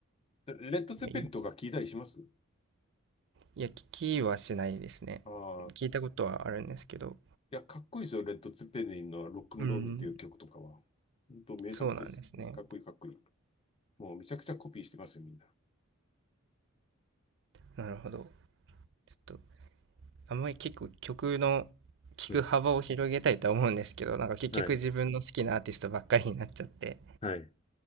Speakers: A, on the left; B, on the right.
A: レッド・ツェッペリンとか聞いたりします
B: いいや、聞きはしないですね。
A: ああ。
B: 聞いたことはあるんですけど、
A: いや、かっこいいですよ。レッド・ツェッペリンのロックンロールっていう曲とかは。
B: うん、
A: 本当名作です。
B: そうなんですね。
A: かっこいいかっこいい。もうめちゃくちゃコピーしてますよ、みんな。
B: なるほど。ちょっと、あんまり結構曲の聞く幅を広げたいとは思うんですけど、
A: うん。
B: なんか結局自分の好きなアーティストばっかりになっちゃって
A: はい。はい。